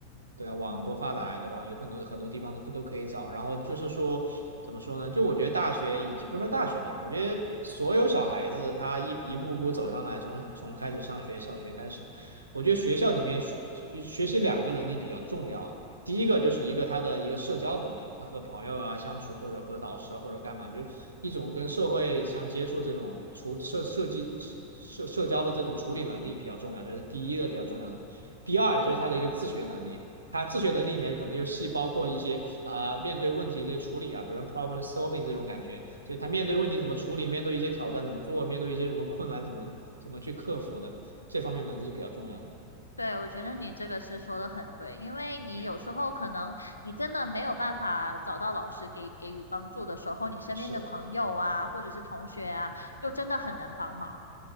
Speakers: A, on the right; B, on the left.
A: 对啊，网上多发达呀，
B: 嗯，
A: 对吧？有很多很多地方都都可以找。然后就是说，怎么说呢？就我觉得大学以及不是说大学吧，我觉得所有小孩子他一一步步走上来，从从开始上学，小学开始，我觉得学校里面学学习两个能力比较重要啊第一个就是一个他的一个社交能力，他和朋友啊相处，或者和老师啊，或者干嘛，就是一种跟社会相接触这种处社设计社社交的这种处理能力比较重要，这是第一个比较重要的。第二就是他的一个自学能力。
B: 嗯。
A: 他自学能力里面可能又细包括一些啊、呃面对问题的处理啊，比如 problem solving 这种感觉，就他面对问题怎么处理，面对一些挑战怎么做，面对一些什么困难怎么怎么去克服的，这方面能力是比较重要的。
B: 对，我觉得你这个是说的很对，因为你有时候可能你真的没有办法找到老师给给予帮助的时候，
A: 对，
B: 你身边的朋友啊，
A: 是的。
B: 或者是同学啊，就真的很能帮忙，